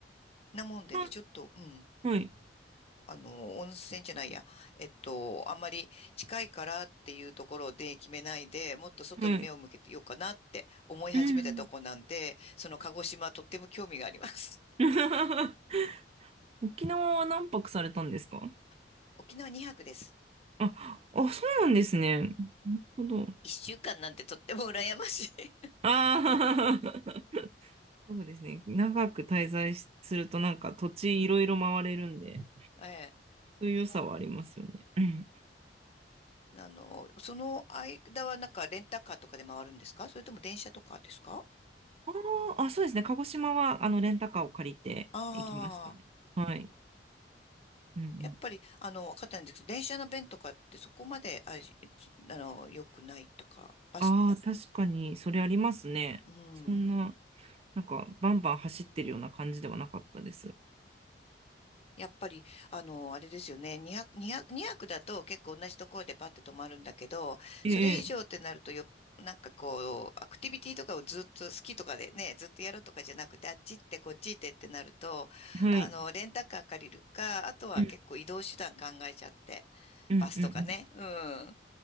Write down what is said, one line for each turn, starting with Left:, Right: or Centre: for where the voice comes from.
Left: なもんでね、
Right: な
Left: ちょっと、うん。
Right: はい。
Left: あの、温泉じゃないや、えっと、あんまり近いからっていうところで決めないで、もっと外に目を向けてようかなって思い始めたとこなんで、
Right: はい。うん。
Left: その鹿児島とっても興味があります。
Right: <laughs> 沖縄は何泊されたんですか
Left: <laughs> 沖縄2泊です。
Right: あ、あ、そうなんですね。なるほど。
Left: 1週間なんてとっても羨ましい。
Right: ああ、<laughs> そうですね。長く滞在しするとなんか土地いろいろ回れるんで、
Left: <laughs> ええ。
Right: そういう良さはありますよね。
Left: あの、
Right: うん。
Left: あの、その間はなんかレンタカーとかで回るんですかそれとも電車とかですか
Right: あーあ、そうですね。鹿児島はあのレンタカーを借りて行きましたね。
Left: ああ
Right: はい。うんうん
Left: やっぱり、あの、わかったんですけど、電車の便とかってそこまで、あ、じあの、良くないとか、バス、
Right: ああ、確かに、それありますね。
Left: うん。
Right: そんな、なんか、バンバン走ってるような感じではなかったです。
Left: やっぱり、あの、あれですよね。200、200、にひゃくだと結構同じところでパッて止まるんだけど、
Right: ええ、
Left: それ以上ってなるとよ、なんかこう、アクティビティとかをずっと好きとかでね、ずっとやるとかじゃなくて、あっち行ってこっち行ってってなると、
Right: はい。
Left: あの、レンタカー借りるか、あとは結構移動手段考えちゃって、
Right: うん、うん、
Left: バスとかね。
Right: うん。うん
Left: うん。